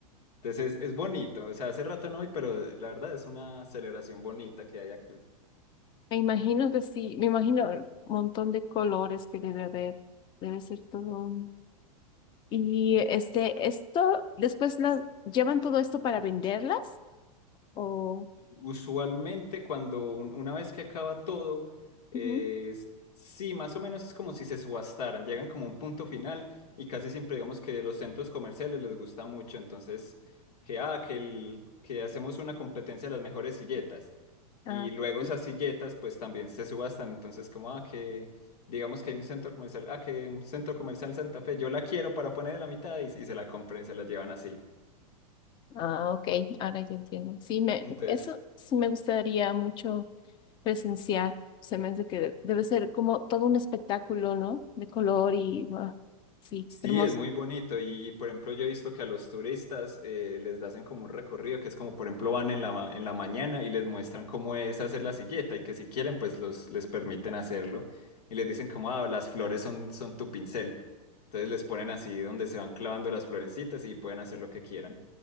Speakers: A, on the left; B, on the left.
A: Entonces es, es bonito, o sea, hace rato no voy, pero la verdad es una celebración bonita que hay aquí.
B: Me imagino que sí, me imagino el montón de colores que debe haber. Debe ser todo Y este, esto, después las llevan todo esto para venderlas o...
A: Usualmente cuando un- una vez que acaba todo, eh,
B: Ujú.
A: es- sí, más o menos es como si se subastaran, llegan como a un punto final y casi siempre digamos que los centros comerciales les gusta mucho, entonces que, ah, que, el- que hacemos una competencia de las mejores silletas
B: Ah,
A: y
B: ok.
A: luego esas silletas pues también se subastan, entonces como, ah, que digamos que hay un centro comercial, ah, que un centro comercial Santa Fe, yo la quiero para poner en la mitad y, y se la compran y se la llevan así.
B: Ah, ok, ahora ya entiendo. Sí, me,
A: Entonces,
B: eso sí me gustaría mucho presenciar. Se me hace que debe ser como todo un espectáculo, ¿no? De color y ah, sí,
A: Sí,
B: hermoso.
A: es muy bonito y, por ejemplo yo he visto que a los turistas eh, les hacen como un recorrido que es como por ejemplo van en la, ma- en la mañana y les muestran cómo es hacer la silleta y que si quieren pues los, les permiten hacerlo y les dicen como ah, las flores son, son tu pincel. Entonces les ponen así donde se van clavando las florecitas y pueden hacer lo que quieran.